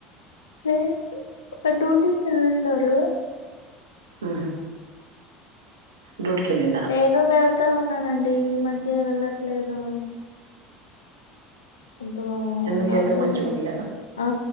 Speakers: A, on the left; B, on the right.
A: లేద్ డ్యూటీకి వెళ్ళి ఉన్నారు
B: ఉ డ్యూటీ కెళ్లి
A: నేను వెళ్తా ఉన్నానండి ఈ మధ్య వెళ్ళట్లేదు కొంత
B: ఎందుకు
A: నాకు
B: హెళ్త్ మంచిగా ఉంట్లలేదా
A: ఆ